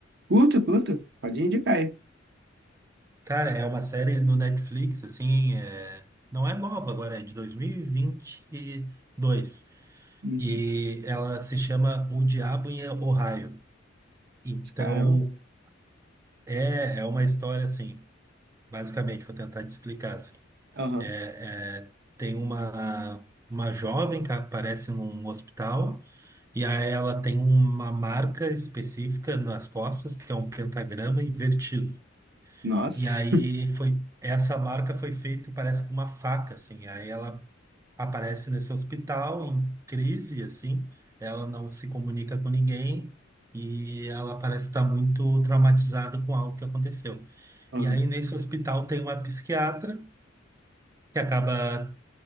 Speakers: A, on the right (about 60°); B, on the right (about 15°).
A: Curto, curto. Pode indicar aí.
B: Cara, é uma série no Netflix, assim, é, não é nova agora, é de 2022.
A: Uhum.
B: E vinte e dois. E ela se chama O Diabo em Ohio. Então,
A: Caramba.
B: é, é uma história, assim, basicamente, vou tentar te explicar, assim.
A: Aham.
B: É, é, tem uma, uma jovem que aparece num hospital e aí ela tem uma marca específica nas costas, que é um pentagrama invertido.
A: Nossa.
B: E aí foi essa marca foi feita, parece com uma faca, assim. Aí ela aparece nesse hospital em crise, assim. Ela não se comunica com ninguém e ela parece estar muito traumatizada com algo que aconteceu.
A: Aham.
B: E aí nesse hospital tem uma psiquiatra que acaba